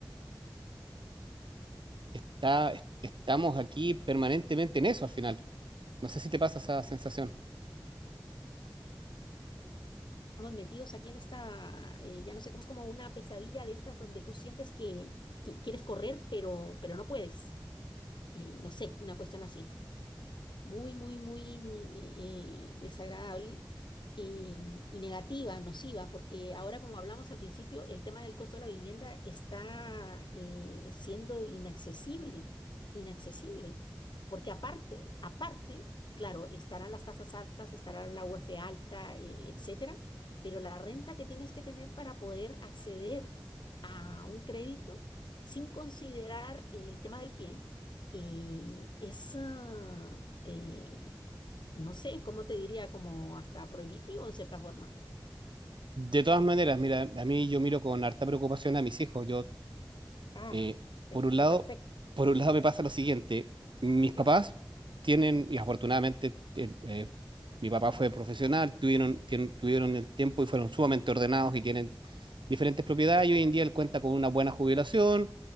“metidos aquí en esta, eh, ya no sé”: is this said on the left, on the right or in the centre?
Left